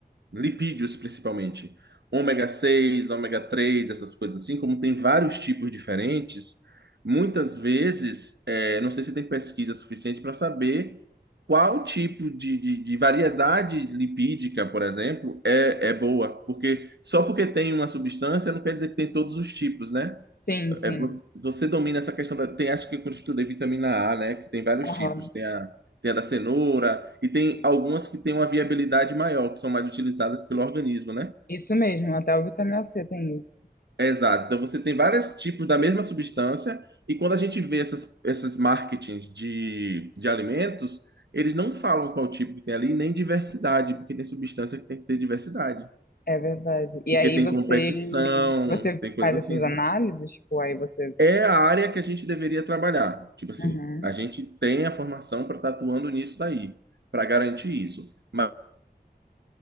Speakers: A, on the right; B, on the left.
A: lipídios principalmente, ômega 6 ômega três essas coisas assim, como tem vários tipos diferentes, muitas vezes, é, não sei se tem pesquisa suficiente para saber qual tipo de, de, de variedade lipídica, por exemplo, é, é boa, porque só porque tem uma substância não quer dizer que tem todos os tipos, né?
B: Sim, sim.
A: É, você, você domina essa questão da. Tem, acho que quando eu estudei vitamina A, né? Que tem vários
B: Aham.
A: tipos. Tem a, tem a da cenoura, e tem algumas que têm uma viabilidade maior, que são mais utilizadas pelo organismo, né?
B: Isso mesmo, até o vitamina C tem isso.
A: É, exato. Então você tem vários tipos da mesma substância, e quando a gente vê essas, essas marketings de, de alimentos, eles não falam qual tipo que tem ali, nem diversidade, porque tem substância que tem que ter diversidade.
B: É verdade. E
A: Porque
B: aí
A: tem
B: você,
A: competição,
B: você
A: tem coisas
B: faz essas
A: assim, né?
B: análises, tipo, aí você.
A: é a área que a gente deveria trabalhar. Tipo assim,
B: Uhum,
A: a gente tem a formação para estar atuando nisso daí, para garantir isso. Mas